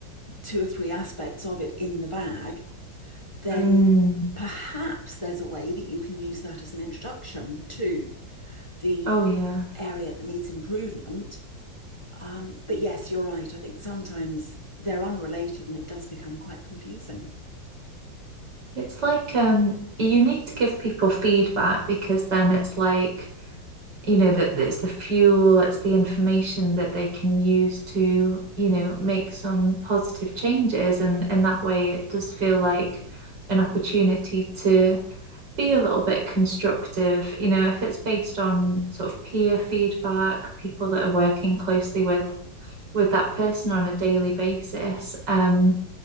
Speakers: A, on the left; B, on the right.
A: two or three aspects of it in the bag, then
B: mm.
A: perhaps there's a way that you can use that as an introduction to the
B: oh yeah
A: area that needs improvement. Um, but yes, you're right. I think sometimes they're unrelated and it does become quite confusing.
B: It's like um you need to give people feedback because then it's like, you know, that it's the fuel, it's the information that they can use to, you know, make some positive changes and in that way it does feel like an opportunity to be a little bit constructive. You know, if it's based on sort of peer feedback, people that are working closely with with that person on a daily basis, um,